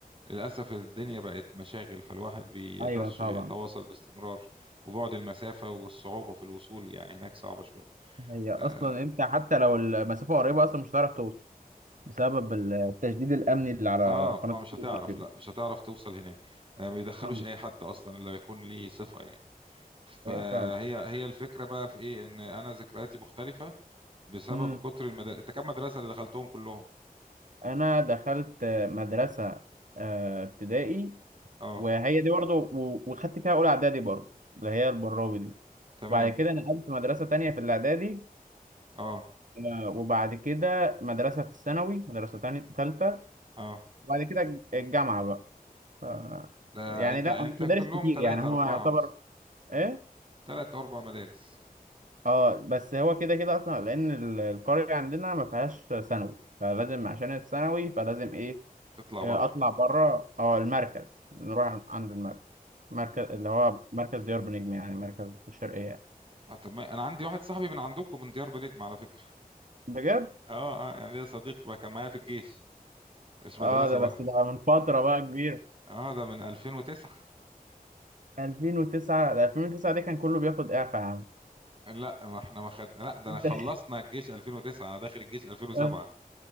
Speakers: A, on the right (about 35°); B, on the right (about 55°).
A: للأسف الدنيا بقت مشاغل فالواحد بيقدرش
B: ايوه طبعا
A: يتواصل باستمرار وبعد المسافة والصعوبة في الوصول يعني هناك صعبة شوية
B: هي اصلا
A: آه,
B: انت حتى لو المسافه قريبه اصلا مش هتعرف توصل بسبب التشديد الامني اللي على
A: آه
B: قناه
A: ما
B: السويس
A: مش هتعرف
B: كده
A: لا مش هتعرف توصل هناك آه ما بيدخلوش
B: آه،
A: أي حد أصلا إلا يكون ليه صفة يعني فهي
B: أيوة فعلا
A: هي الفكرة بقى في إيه إن أنا ذكرياتي مختلفة بسبب
B: امم
A: كتر المدارس أنت كم مدرسة اللي دخلتهم كلهم؟
B: انا دخلت مدرسه آه، ابتدائي
A: آه
B: وهي دي برضه و- وخدت فيها اولى اعدادي برضه اللي هي البراوي دي
A: تمام
B: وبعد كده نقلت مدرسه تانية في الاعدادي
A: آه
B: آه، وبعد كده مدرسه في الثانوي مدرسه تانية ثالثه
A: آه
B: وبعد كده الج- الجامعه بقى ف...
A: لا
B: يعني
A: أنت
B: لا
A: أنت
B: مش مدارس
A: كلهم
B: كتير
A: ثلاثة
B: يعني هو
A: أربعة
B: يعتبر
A: مثلا
B: ايه
A: ثلاثة أربع مدارس
B: اه بس هو كده كده اصلا لان ال- القريه عندنا ما فيهاش ثانوي فلازم عشان الثانوي فلازم ايه
A: تطلع
B: آه،
A: بره
B: اطلع بره اه المركز نروح عند المركز مركز اللي هو مركز ديار بنجم يعني مركز في الشرقيه يعني.
A: آه طب ما انا عندي واحد صاحبي من عندكم من ديار بنجم على فكره
B: بجد
A: اه اه يعني ليا صديق بقى كان معايا في الجيش مش مدرسه
B: اه ده
A: بقى
B: بس ده من فتره بقى كبير
A: اه ده من 2009
B: 2009 ده 2009 دي كان كله بياخد اعفاء يا عم
A: لا ما احنا ما خد لا ده
B: انت
A: انا خلصنا
B: <laughs>
A: الجيش 2009 انا داخل الجيش 2007
B: آه،